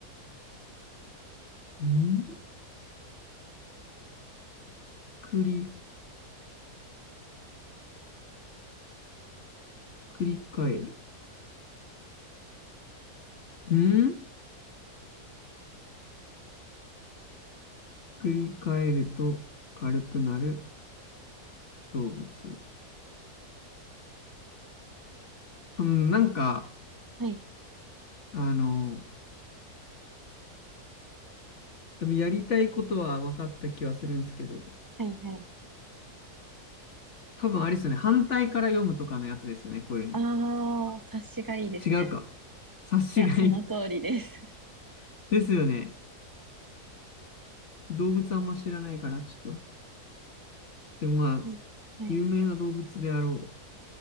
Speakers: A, on the left (about 50°); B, on the right (about 15°).
A: ん繰り、繰り返る。ん繰り返ると軽くなる動物。うん、なんか、
B: はい、
A: あの、多分やりたいことは分かった気はするんですけど、
B: はい、はい。
A: 多分あれですよね。反対から読むとかのやつですよね。こういうの。
B: あー、察しがいいですね。
A: 違うか。察しがいい
B: いや、その通りです。
A: <laughs> ですよね。動物あんま知らないから、ちょっと。でもまあ、
B: <laughs> はいはい、
A: 有名な動物であろ